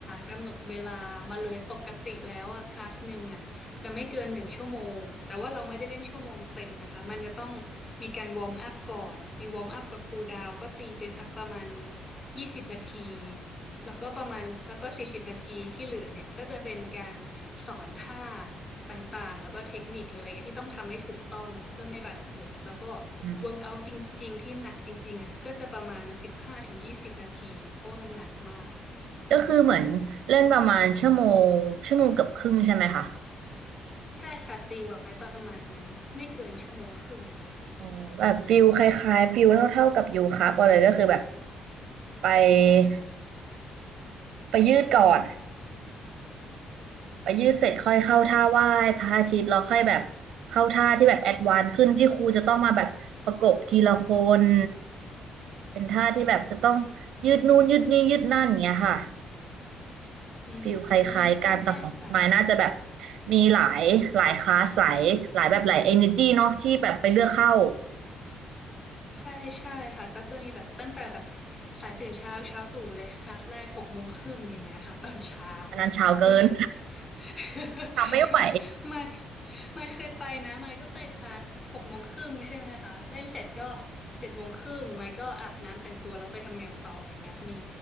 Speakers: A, on the left (about 25°); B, on the right (about 80°).
A: กำหนดเวลามาเลยปกติแล้วอะคลาสหนึ่งอะจะไม่เกินหนึ่งชั่วโมงแต่ว่าเราไม่ได้เล่นชั่วโมงเต็มนะคะมันจะต้องมีการวอร์มอัพก่อนมีวอร์มอัพกับคูลดาวน์ก็ตีไปสักประมาณยี่สิบนาที แล้วก็ประมาณแล้วก็สี่สิบนาทีที่เหลือเนี่ยก็จะเป็นการสอนท่าต่างๆแล้วก็เทคนิคหรืออะไรเงี้ยที่ต้องทำให้ถูกต้องเพื่อไม่บาดเจ็บแล้วก็
B: อืม
A: work out จริงๆที่หนักจริงๆอ่ะก็จะประมาณสิบห้าถึงยี่สิบนาทีเพราะว่ามันหนักมาก
B: ก็คือเหมือนเล่นประมาณชั่วโมงชั่วโมงเกือบครึ่งใช่ไหมคะ
A: ใช่ค่ะตีไว้ประมาณนั้นไม่เกินชั่วโมงครึ่ง
B: อ๋อแบบฟิลคล้ายๆฟิลเท่าๆกับโยคะไปเลยก็คือแบบไปไปยืดก่อนไปยืดเสร็จค่อยเข้าท่าไหว้พระอาทิตย์แล้วค่อยแบบเข้าท่าที่แบบแอดวานซ์ขึ้นที่ครูจะต้องมาแบบประกบทีละคนเป็นท่าที่แบบจะต้องยืดนู่นยืดนี่ยืดนั่นอย่างเงี้ยค่ะ
A: อืม
B: ฟิลคล้ายๆกันแต่ของไม้น่าจะแบบ
A: ใช่ใช่ค่ะ
B: มีหลายหลายคลาสหลายหลายแบบหลายเอเนจีเนาะที่แบบไปเลือกเข้า
A: ใช่ใช่ค่ะก็จะมีแบบตั้งแต่แบบสายตื่นเช้าเช้าตรู่เลยคลาสแรกหกโมงครึ่งอย่างเงี้ยค่ะตอนเช้า
B: อันนั้นเช้าเกิน
A: คือแบบ <laughs>
B: <laughs> ทำไม่ไหว
A: ไม่ไม่เคยไปนะไม่ก็ไปคลาสหกโมงครึ่งใช่ไหมคะเล่นเสร็จก็เจ็ดโมงครึ่งไม่ก็อาบน้ำแต่งตัวแล้วไปทำงานต่ออย่างเงี้ยมี